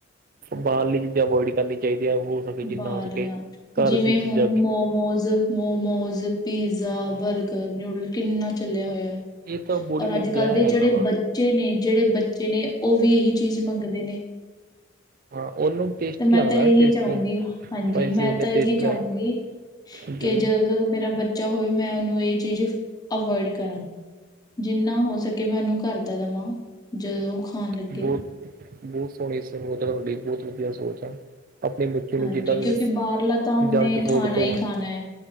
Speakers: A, on the right (about 45°); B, on the left (about 20°).
A: ਬਾਹਰਲੀ ਚੀਜ਼ਾਂ ਅਵੋਇਡ ਕਰਨੀਆਂ ਚਾਹੀਦੀਆਂ ਹੋ। ਸਕੇ ਜਿੰਨਾ
B: ਬਾਹਰਲੀਆਂ
A: ਹੋ ਸਕੇ ਘਰ
B: ਜਿਵੇਂ,
A: ਦੀ
B: ਹੁਣ
A: ਚੀਜ਼ਾਂ
B: ਮੋਮੋਸ ਮੋਮੋਸ, ਪੀਜ਼ਾ,
A: ਹਾਂ
B: ਬਰਗਰ, ਨਿੂਡਲ ਕਿੰਨਾ ਚਲਿਆ ਹੋਇਆ।
A: ਇਹ ਤਾਂ ਬੋਡੀ
B: ਔਰ
A: ਲਈ
B: ਅੱਜ-ਕੱਲ੍ਹ,
A: ਜ਼ਹਿਰ
B: ਦੇ
A: ਹੈਗਾ
B: ਜਿਹੜੇ
A: ਵਾ
B: ਬੱਚੇ ਨੇ ਜਿਹੜੇ ਬੱਚੇ ਨੇ ਉਹ ਵੀ ਇਹੀ ਚੀਜ਼ ਮੰਗਦੇ ਨੇ।
A: ਹਾਂ, ਉਹਨੂੰ ਟੇਸਟੀ
B: ਤੇ ਮੈਂ
A: ਲੱਗਦਾ
B: ਤਾਂ ਇਹੀ
A: ਨਾ ਟੇਸਟੀ
B: ਚਾਹੂੰਗੀ, ਹਾਂਜੀ
A: ਸਪਾਈਸੀ
B: ਮੈਂ
A: ਹੁੰਦੇ
B: ਤਾਂ ਇਹੀ
A: ਟੇਸਟੀ ਲੱਗ
B: ਚਾਹੂੰਗੀ ਕਿ
A: ਜੀ
B: ਜ ਜਦੋਂ ਮੇਰਾ ਬੱਚਾ ਹੋਵੇ, ਮੈਂ ਉਹਨੂੰ ਇਹ ਚੀਜ਼ ਅਵੋਇਡ ਕਰਾਂ। ਜਿੰਨਾ ਹੋ ਸਕੇ, ਮੈਂ ਉਹਨੂੰ ਘਰ ਦਾ ਦੇਵਾਂ ਜਦੋਂ ਉਹ ਖਾਣ ਲੱਗੇ।
A: ਬਹੁਤ ਬਹੁਤ ਸੋਹਣੀ ਸੋਤ ਤੁਹਾਡੀ ਬਹੁਤ ਵਧੀਆ ਸੋਚ ਆ। ਆਪਣੇ ਬੱਚੇ ਨੂੰ
B: ਹਾਂਜੀ
A: ਜਿੰਨਾ ਤੁਸੀਂ
B: ਕਿਉਂਕਿ, ਬਾਹਰਲਾ ਤਾਂ ਉਹਨੇ
A: ਜੰਕ ਫੂਡ
B: ਖਾਣਾ
A: ਤੋਂ
B: ਹੀ ਖਾਣਾ ਹੈ।